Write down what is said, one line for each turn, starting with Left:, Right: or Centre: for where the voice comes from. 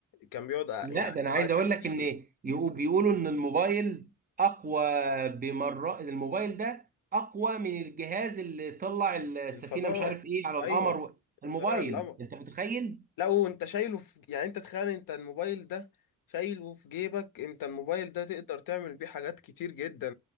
Left: كان بيقعد
Right: لا
Left: يعني
Right: ده انا عايز
Left: وقت
Right: اقول
Left: كتير
Right: لك ان يقو- بيقولوا ان الموبايل اقوى بمرات الموبايل ده اقوى من الجهاز اللي طلع السفينه
Left: الفضاء
Right: مش عارف ايه على
Left: ايوه
Right: القمر الموبايل
Left: طلع القمر
Right: انت متخيل
Left: لا وانت شايله في يعني انت تخيل انت الموبايل ده شايله في جيبك انت الموبايل ده تقدر تعمل بيه حاجات كتير جدا